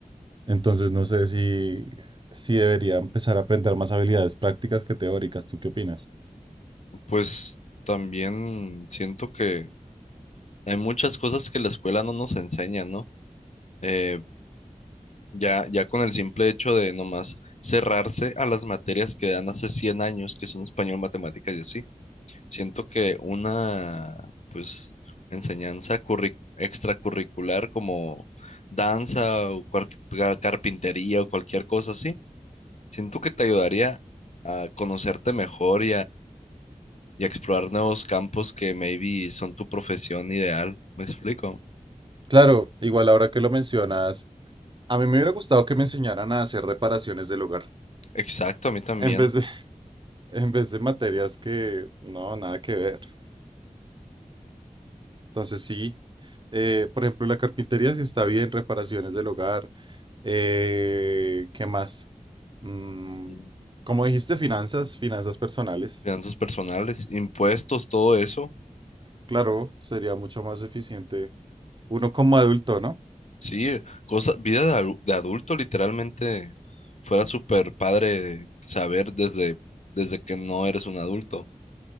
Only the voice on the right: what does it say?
Entonces no sé si, si debería empezar a aprender más habilidades prácticas que teóricas. ¿Tú qué opinas?
Claro, igual ahora que lo mencionas, a mí me hubiera gustado que me enseñaran a hacer reparaciones del hogar,
en vez de, <laughs> en vez de materias que no, nada que ver. Entonces sí, eh, por ejemplo, la carpintería sí está bien, reparaciones del hogar. eh, ¿qué más? Mm,
como dijiste, finanzas, finanzas personales.
Claro, sería mucho más eficiente uno como adulto, ¿no?